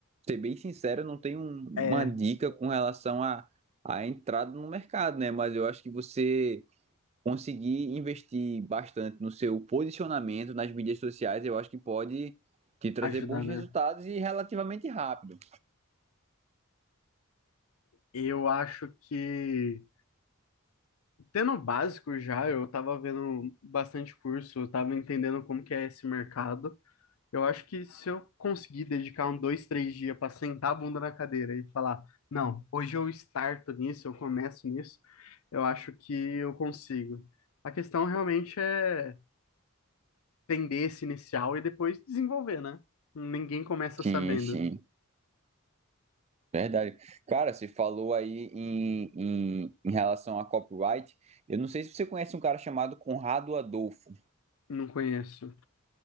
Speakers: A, on the right; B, on the left.
A: ser bem sincero, eu não tenho um-
B: É,
A: uma dica com relação à à entrada no mercado, né? Mas eu acho que você conseguir investir bastante no seu posicionamento nas mídias sociais, eu acho que pode te trazer
B: ajudar,
A: bons
B: né?
A: resultados e relativamente rápido.
B: Eu acho que Tendo o básico já, eu tava vendo bastante curso, eu tava entendendo como que é esse mercado. Eu acho que se eu conseguir dedicar um dois, três dias para sentar a bunda na cadeira e falar, não, hoje eu starto nisso, eu começo nisso, eu acho que eu consigo. A questão realmente é entender esse inicial e depois desenvolver, né? Ninguém começa
A: Sim,
B: sabendo.
A: sim, verdade. Cara, você falou aí em, em, em relação a copyright. Eu não sei se você conhece um cara chamado Conrado Adolfo.
B: Não conheço.